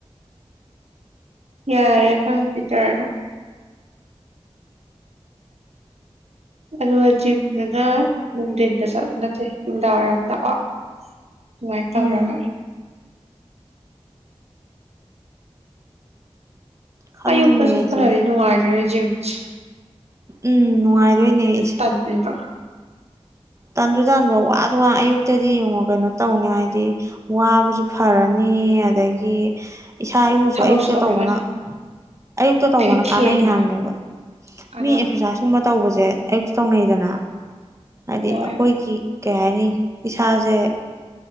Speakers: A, on the right; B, on the right.
A: ꯌꯥꯔꯦ ꯅꯪ ꯄꯤꯛꯆꯔ ꯗꯣ ꯑꯗꯨꯒ ꯖꯤꯝꯗꯨꯅ ꯅꯨꯡꯊꯤꯟꯗ ꯆꯠꯂ ꯅꯠꯇꯦ ꯅꯨꯡꯗꯥꯡꯋꯥꯏꯔꯝꯗꯀꯣ ꯑꯗꯨꯃꯥꯏꯅ ꯇꯧꯔꯒ
B: ꯎꯝ ꯈꯜꯂꯤꯅꯦ
A: ꯑꯌꯨꯛꯇ ꯆꯠꯄꯕꯨꯗꯤ
B: ꯑꯩꯁꯦ
A: ꯅꯨꯡꯉꯥꯏꯗꯣꯏꯅꯦ ꯖꯤꯝ <inaudible>
B: ꯎꯝ ꯅꯨꯡꯉꯥꯏꯗꯣꯏꯅꯦ ꯑꯩꯁꯦ
A: ꯇꯜꯂꯦꯕ
B: ꯇꯟꯁꯨ ꯇꯟꯥꯟꯕ ꯋꯥꯁꯨ ꯋꯥ ꯑꯌꯨꯛꯇꯗꯤ ꯌꯦꯡꯉꯣ ꯀꯩꯅꯣ ꯇꯧꯅꯤ ꯍꯥꯏꯗꯤ ꯋꯥꯕꯁꯨ ꯐꯔꯅꯤ ꯑꯗꯒꯤ ꯏꯁꯥ ꯏꯎꯁꯨ
A: ꯊꯕꯛꯁꯨ
B: ꯑꯌꯨꯛꯇ
A: ꯇꯧꯅꯤꯡꯉꯅꯤ
B: ꯇꯧꯕꯅ ꯑꯌꯨꯛꯇ ꯇꯧꯕꯅ
A: ꯐꯦꯛ ꯈꯦꯡꯕꯅꯦ
B: ꯀꯥꯟꯅꯩ ꯍꯥꯏꯕꯅꯦꯕ
A: ꯀꯥꯟꯅꯕ
B: ꯃꯤ ꯑꯦꯛꯁꯔꯁꯥꯏꯁꯀꯨꯝꯕ ꯇꯧꯕꯁꯦ ꯑꯌꯨꯛꯇ ꯇꯧꯅꯩꯗꯅ ꯍꯥꯏꯗꯤ
A: ꯍꯣꯏ
B: ꯑꯩꯈꯣꯏꯒꯤ ꯀꯩ ꯍꯥꯏꯅꯤ ꯏꯁꯥꯁꯦ